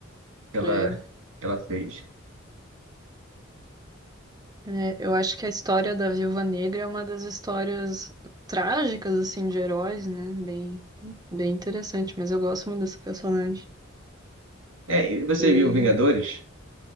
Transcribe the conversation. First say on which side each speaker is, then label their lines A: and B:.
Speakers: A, on the right (about 75°); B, on the right (about 20°).
A: que ela,
B: É.
A: que ela fez.
B: É, eu acho que a história da Viúva Negra é uma das histórias trágicas, assim, de heróis, né? Bem, bem interessante, mas eu gosto muito dessa personagem.
A: É, e você
B: E,
A: viu Vingadores?